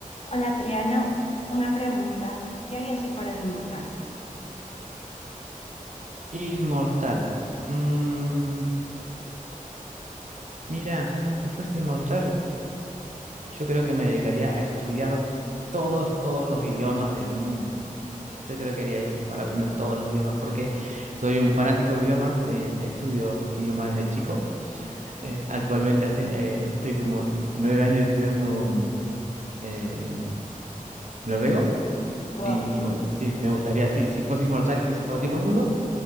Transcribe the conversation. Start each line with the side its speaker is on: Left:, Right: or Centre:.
Left: Hola, Triano, una pregunta. ¿Qué harías si fueras inmortal?
Right: Inmortal. Mm, mira, si fuese inmortal, yo creo que me dedicaría a estudiar todos, todos los idiomas del mundo. Yo creo que haría eso para aprender todos los idiomas, porque soy un fanático de los idiomas, eh, estudio idiomas desde chico. Eh, actualmente hace, eh, estoy como nueve años estudiando mm, eh, noruego.
Left: Wow.
Right: Y bueno, sí, me gustaría, sí, si fuese inmortal y tuviese todo el tiempo del mundo,